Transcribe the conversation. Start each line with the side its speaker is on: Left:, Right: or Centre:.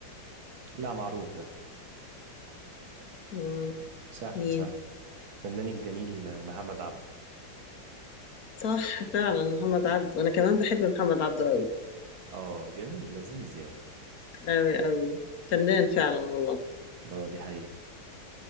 Right: لا معروف ده
Left: مم،
Right: سهله
Left: مين
Right: سهله فنان الجميل آه، محمد عبده
Left: صح فعلا محمد عبده أنا كمان بحب محمد عبده أوي
Right: اه جميل لذيذ يعني
Left: أوي أوي فنان فعلا والله
Right: اه دي حقيقه